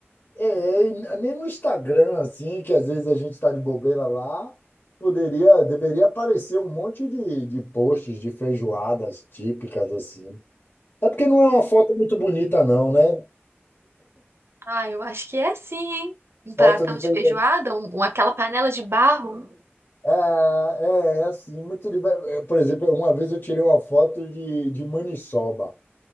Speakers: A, on the left; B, on the right.
A: é, e nem no Instagram, assim, que às vezes a gente está de bobeira lá, poderia, deveria aparecer um monte de, de posts de feijoadas típicas, assim. É porque não é uma foto muito bonita, não, né?
B: Ah, eu acho que é sim, hein? Um pratão
A: Foto de
B: de
A: feijoada.
B: feijoada, um, um- aquela panela de barro.
A: É, é, é assim, muito de... é, é, Por exemplo, uma vez eu tirei uma foto de, de maniçoba.